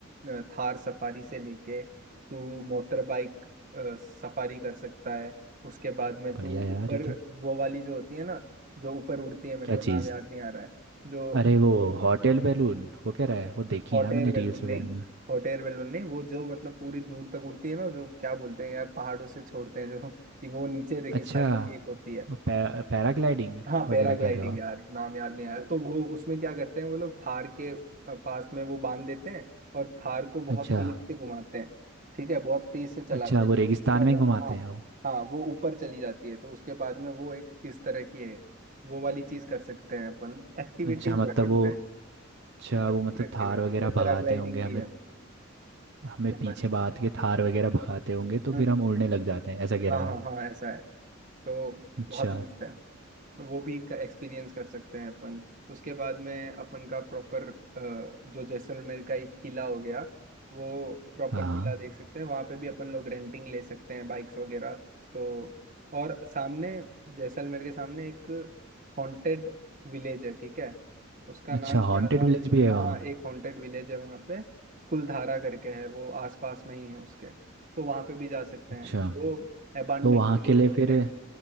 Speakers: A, on the right (about 40°); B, on the right (about 55°).
A: अ, थार सफारी से लेके तू मोटर बाइक अ, सफारी कर सकता है उसके बाद में
B: बढ़िया
A: तू
B: यार
A: ऊपर
B: ये तो
A: वो वाली जो होती है ना जो ऊपर उड़ती है मेरे
B: क्या
A: को
B: चीज़
A: नाम याद नहीं आ रहा है जो
B: अरे वो होटल बैलून वो कह रहा है वो देखी
A: हॉट
B: है यार
A: एयर
B: मैंने
A: बैलून
B: रील्स वगैरह
A: नहीं
B: में
A: हॉट एयर बैलून नहीं वो जो मतलब पूरी दूर तक उड़ती है ना जो क्या बोलते हैं यार पहाड़ों से छोड़ते हैं जो <laughs> वो नीचे रेगिस्तान
B: अच्छा
A: में भी एक होती है
B: वो पै, पैराग्लाइडिंग
A: हाँ पैराग्लाइडिंग
B: वगैरह कह रहे हो आप
A: यार नाम याद नहीं आया तो वो उसमें क्या करते हैं वो लोग थार के अ, पास में वो बांध देते हैं और थार को बहुत
B: अच्छा
A: तेज से घुमाते हैं ठीक है बहुत तेज से चलाते
B: अच्छा
A: हैं
B: वो रेगिस्तान
A: उससे क्या होता
B: में ही
A: है
B: घुमाते
A: वो हाँ
B: हैं वो
A: हाँ वो ऊपर चली जाती है तो उसके बाद में वो एक इस तरह की है वो वाली चीज कर सकते हैं अपन एक्टिविटीज
B: अच्छा
A: भरपूर
B: मतलब वो
A: है
B: अच्छा
A: भरपूर
B: वो मतलब
A: एक्टिविटीज
B: थार वगैरह
A: है पैराग्लाइडिंग
B: भगाते होंगे हमें
A: भी है
B: हमें
A: तो
B: पीछे
A: पर
B: बात के थार वगैरह भगाते होंगे तो
A: हम्म,
B: फिर
A: हम्म,
B: हम उड़ने लग जाते हैं ऐसा कह
A: हाँ
B: रहे हो
A: हाँ
B: आप
A: हाँ ऐसा है तो
B: अच्छा
A: बहुत मस्त है तो वो भी एक्सपीरियंस कर सकते हैं अपन उसके बाद में अपन का प्रॉपर जो जैसलमेर का एक किला हो गया वो प्रॉपर
B: हाँ हाँ।
A: किला देख सकते हैं वहाँ पे भी अपन लोग रेंटिंग ले सकते हैं बाइक्स वगैरह तो और सामने जैसलमेर के सामने एक हॉन्टेड विलेज है ठीक है उसका नाम
B: अच्छा
A: क्या
B: हॉन्टेड
A: था
B: विलेज भी है
A: हाँ
B: वहाँ
A: हाँ एक हॉन्टेड विलेज है वहाँ पे कुलधारा करके है वो आसपास में ही है उसके तो वहाँ पे भी जा सकते
B: अच्छा
A: हैं वो एबंडेंट
B: तो वहाँ
A: विलेज
B: के लिए
A: बोलते
B: फिर
A: हैं